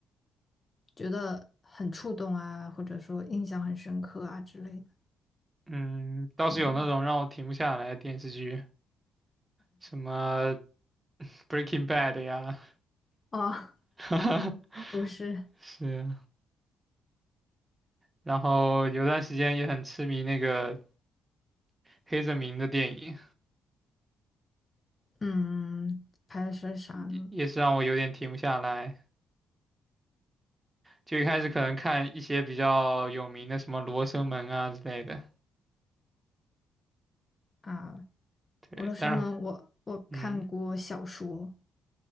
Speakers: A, on the left; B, on the right.
A: 觉得很触动啊，或者说印象很深刻啊之类的。
B: 嗯，倒是有那种让我停不下来的电视剧，
A: 嗯，
B: 什么 <laughs>《Breaking Bad》呀，
A: 哦，
B: 哈哈
A: 都是
B: <laughs> 是，然后有段时间也很痴迷那个黑泽明的电影，
A: 嗯，拍的是啥呢？
B: 也也是让我有点停不下来。就一开始可能看一些比较有名的，什么《罗生门》啊之类的。
A: 啊，
B: 对，
A: 俄罗斯吗？
B: 但是，
A: 我我看过小说，
B: 嗯